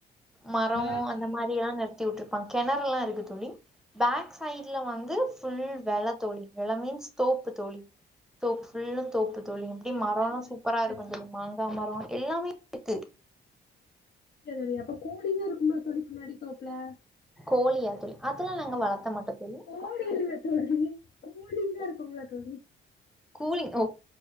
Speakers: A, in the centre; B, on the left.
A: மரோ
B: வெளாட்லா
A: அந்த மாரிலா நிறுத்தி விட்டுருப்பாங் கிணறு எல்லா இருக்கு தோழி பேக் சைட்ல வந்து ஃபுல் வெல தோழி வெல மீன்ஸ் தோப்பு தோழி தோப்பு ஃபுல்லு தோப்பு தோழி அப்டி
B: வெளாட்லாம்ல
A: மரோல்லா சூப்பரா இருக்கு
B: அப்போ
A: தோழி தெரிமா அ மரோ எல்லாமே இருக்கு
B: செர் செரி அப்ப கூலிங்கா இருக்கும்மா தோழி பின்னாடி தோப்புல
A: கோழியா தோழி அதெல்லா நாங்க வளத்த மாட்ட தோழி
B: கோழி இல்ல தோழி கூலிங்கா இருக்கும்ல தோழி
A: கூலிங் ஓ